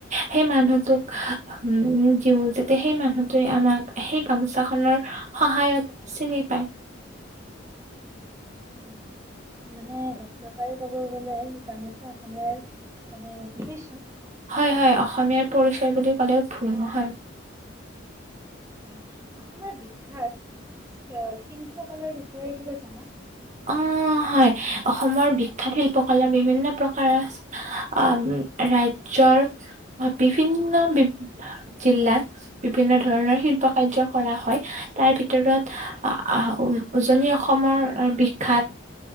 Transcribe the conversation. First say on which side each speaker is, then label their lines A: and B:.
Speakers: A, on the right; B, on the right.
A: সেই মানুহটোক উম দিওঁ, যাতে সেই মানুহটোৱে আমাক সেই গামোচাখনৰ সহায়ত চিনি পায়।
B: হয়। মানে এক প্ৰকাৰে ক'ব গ'লে গামোচা অসমীয়াৰ মানে বিভিসাৰ।
A: হয়, হয় অসমীয়াৰ পৰিচয় বুলি ক'লেও ভুল নহয়।
B: হয়। অসমৰ বিখ্যাত শিল্পকলাৰ বিষয়ে কিবা জানা?
A: অ', হয়। অসমৰ বিখ্যাত শিল্প কলা বিভিন্ন প্ৰকাৰৰ আছে। ৰাজ্যৰ বিভিন্ন বি জিলাত বিভিন্ন ধৰণৰ শিল্প কাৰ্য্য কৰা হয়। তাৰ ভিতৰত আহ আহ উজনি অসমৰ বিখ্যাত